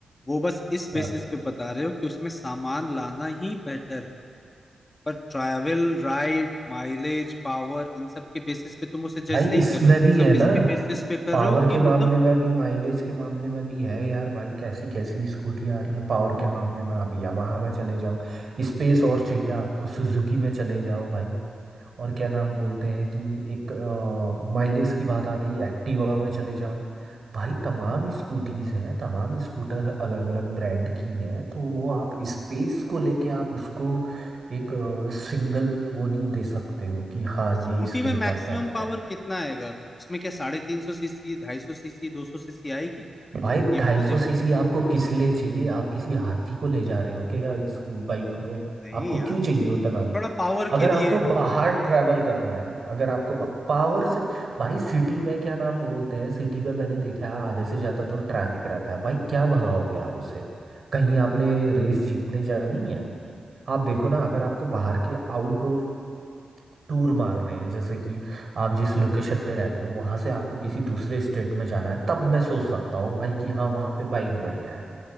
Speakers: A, on the left; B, on the right.
A: वो बस इस बेसिस
B: हाँ।
A: पे बता रहे हो कि उसमें सामान लाना ही बेहतर है पर ट्रैवल राइड माइलेज पावर इन सब के बेसिस पे तुम उसे
B: भाई
A: जज नहीं
B: इसमें
A: कर रहे हो तुम
B: भी
A: सिर्फ
B: है ना
A: इसके बेसिस पे कर
B: पावर
A: रहे हो कि
B: के मामले
A: मतलब
B: में भी माइलेज के मामले में भी है यार भाई कैसी कैसी स्कूटी आ रही है पावर के मामले में आप यामाहा में चले जाओ स्पेस और चाहिए आपको सुजुकी में चले जाओ भाई और क्या नाम बोलते हैं कि एक माइलेज की बात आ गई एक्टिवा में चले जाओ भाई तमाम स्कूटीज हैं तमाम स्कूटर अलग अलग ब्रांड की हैं तो वो आप स्पेस को लेके आप उसको एक सिंगल वो नहीं दे सकते हो कि हाँ
A: स्कूटी
B: ये इसके
A: में
B: लिए
A: मैक्सिमम
B: परफेक्ट
A: पावर
B: है
A: कितना आएगा उसमें क्या साढ़े तीन सौ सीसी ढाई सौ सीसी दो सौ सीसी आएगी
B: भाई
A: ये
B: ढाई
A: भी तो
B: सौ
A: देखो
B: सीसी आपको किस लिए चाहिए आप किसी हाथी को ले जा रहे हो क्या इस बाइक में
A: नहीं
B: आपको
A: यार
B: क्यों चाहिए उतना
A: थोड़ा पावर
B: अगर
A: के लिए
B: आपको बाहर ट्रैवल करना है अगर आपको पावर से भाई सिटी में क्या नाम बोलते हैं सिटी में मैंने देखा है आधे से ज़्यादा तो ट्रैफिक रहता है भाई क्या भगाओगे आप उसे कहीं आपने रेस जीतने जानी है आप देखो ना अगर आपको बाहर के आउटडोर टूर मारने हैं जैसे कि आप जिस लोकेशन पे रहते हो वहां से आपको किसी दूसरे स्टेट में जाना है तब मैं सोच सकता हूँ भाई कि हाँ वहां पे बाइक बढ़िया है